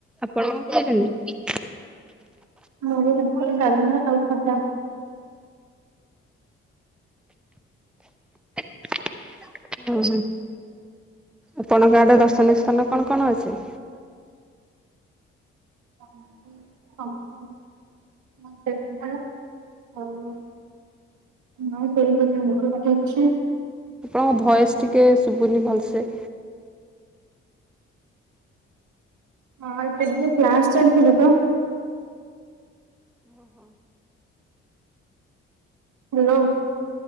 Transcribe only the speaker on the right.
ମୁଁ ବି ଭାତ, ଡାଲମା, ଆଉ ଖଟା
ଆ <unintelligible> ହଁ <unintelligible> ଅଛି।
ହଁ ଏତେ ଦିନେ କ୍ଲାସ୍ ଚାଲିଥିବ ତ।
ହ୍ୟାଲୋ।